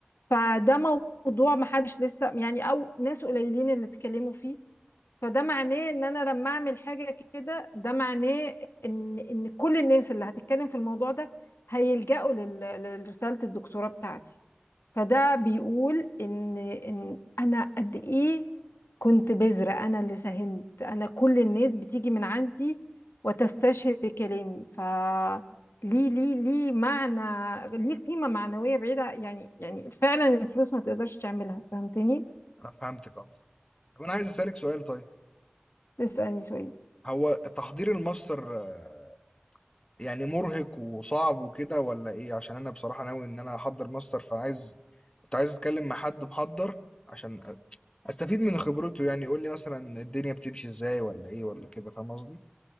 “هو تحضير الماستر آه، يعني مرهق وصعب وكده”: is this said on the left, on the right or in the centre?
Left